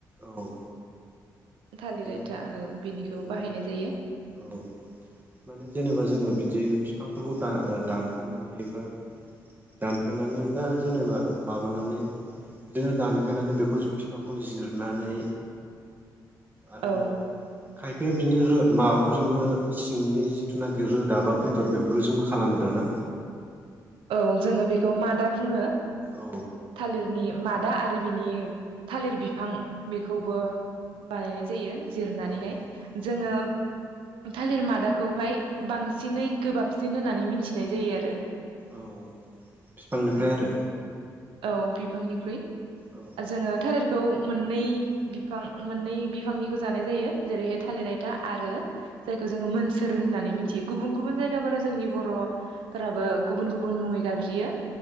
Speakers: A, on the right; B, on the right.
A: औ
B: थालिर
A: बिनिखौ
B: आयथा औ बिनिखौ
A: औ
B: बाहायनाय जायो।
A: औ माने जेनेबा जोङो बिदि बिफांफोरखौ दा ओ दानफायनानै एबा दानफायनानै बा जेनेबा माबानानै बिदिनो दानफायनानै बेखौ बिफांखौ जिरनानै आरो
B: औ
A: खायफाया बिनि रो माबाफोरजोंबो सिंनि जिथुनाखि रोदा बा बेदर बेफोरजोंबो खालामो दां ना?
B: <inaudible> औ जोङो बेखौ मादा बुङो
A: औ
B: थालिरनि माद दा आरो बिनि थालिर बिफां बेखौबो बानायनाय जायो। जिरनानैहाय
A: औ
B: जोङो
A: औ
B: थालिर मादाखौहाय बांसिनै गोबाबसिन होननानै मिथिनाय जायो आरो।
A: औ बिफांनिफ्राय
B: औ
A: आरो।
B: औ बिफांनिख्रुइ
A: औ
B: जोङो थालिर खौ मोननै बिफां मोननै बिफांनिखौ जानाय जायो जेरैहाय थालिर हायथा आरो जायखौ जोङो मोनसोर होननानै मिथियो गुबुन गुबुन जायगाफोराव जोंनि बर'फोराबो गुबुन गुबुन। गुबुन मुङै गाबज्रियो।